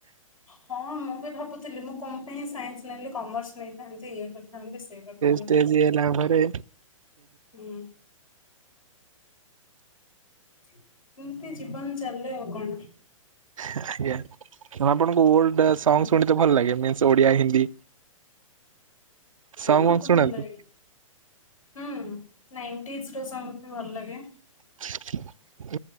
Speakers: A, on the left; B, on the right.
A: ହଁ ମୁଁ ବି ଭାବୁଥିଲି ମୁଁ କଣ ପାଇଁ ସାଇନ୍ସ ନେଲିି କମର୍ସ ନେଇଥାନ୍ତି ଇଏ କର ଥାନ୍ତି ସେ କରିଥାନ୍ତି
B: ଷ୍ଟେଜ ହେଲା ପରେ
A: ହୁଁ। ଏମିତି ଜୀବନ ଚାଲେ ଆଉ କଣ।
B: ଆଜ୍ଞା ଆଉ ଆପଣଙ୍କୁ ଓଲ୍ଡ
A: ହୁଁ।
B: ସଙ୍ଗ ଭଲ ଲାଗେ ମିନ୍ସ ଓଡିଆ, ହିନ୍ଦୀ। ସଙ୍ଗ
A: ହଁ ମତେ
B: ଶୁଣନ୍ତି
A: ଭଲ ଲାଗେ। ହୁଁ ନାଇଣ୍ଟିନିସ୍ ର ସଙ୍ଗ ଭଲ ଲାଗେ।
B: <inaudible>